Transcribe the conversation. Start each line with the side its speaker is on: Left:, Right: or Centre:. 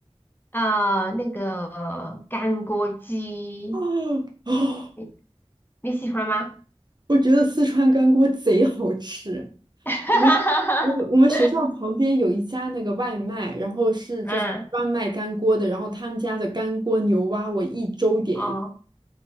Left: 呃，那个干锅鸡，
Right: <gasps> 哦哦，
Left: 你你喜欢吗？
Right: 我觉得四川干锅贼好吃。
Left: <laughs>
Right: 我们我们我们学校旁边有一家那个外卖，然后是就是专卖干锅的，
Left: 嗯，
Right: 然后他们家的干锅牛蛙，我一周点一
Left: 哦